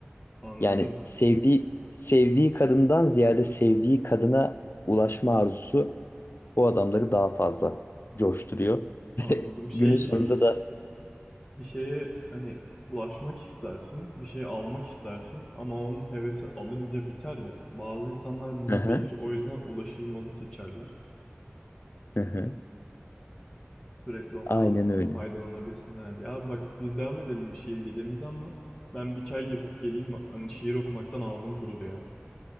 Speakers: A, on the left; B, on the left.
A: Anladım.
B: Yani sevdiği sevdiği kadından ziyade sevdiği kadına ulaşma arzusu o adamları daha fazla coşturuyor. <laughs>
A: Anladım. Şey
B: Günün sonunda
A: gibi bu.
B: da
A: Bir şeye hani ulaşmak istersin, bir şey almak istersin ama onun hevesi alınca biter ya. Bazı insanlar bunu
B: Hı hı.
A: bilir, o yüzden ulaşılmazı seçerler.
B: Hı hı.
A: sürekli ondan
B: Aynen öyle.
A: faydalanabilsinler diye. Abi bak biz devam edelim bir şiir gecemize ama ben bir çay yapıp geleyim. Hani şiir okumaktan ağzım kurudu ya.